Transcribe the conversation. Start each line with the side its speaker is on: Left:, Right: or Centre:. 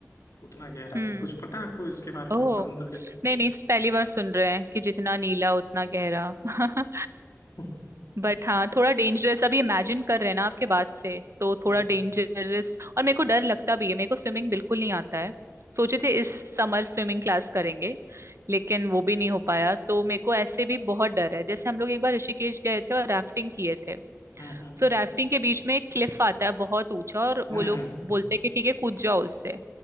Left: उतना गहरा
Right: हम्म
Left: कुछ पता है आपको इसके बारे में
Right: ओ
Left: समुद्र के
Right: नहीं नहीं इस पहली बार सुन रहे हैं कि जितना नीला उतना गहरा <laughs>
Left: <laughs>
Right: बट हाँ थोड़ा डेंजरस अभी इमेजिन कर रहे हैं ना आपके बात से तो थोड़ा
Left: हम्म
Right: डेंजरस और मेरे को डर लगता भी है मेरे को स्विमिंग बिल्कुल नहीं आता है सोचे थे इस समर स्विमिंग क्लास करेंगे लेकिन वो भी नहीं हो पाया तो मेरे को ऐसे भी बहुत डर है जैसे हम लोग एक बार ऋषिकेश गए थे और राफ्टिंग किए थे
Left: हम्म
Right: सो राफ्टिंग के बीच में एक क्लिफ आता है बहुत ऊंचा और
Left: हम्म
Right: वो लोग
Left: हम्म,
Right: बोलते हैं कि ठीक है कूद जाओ उससे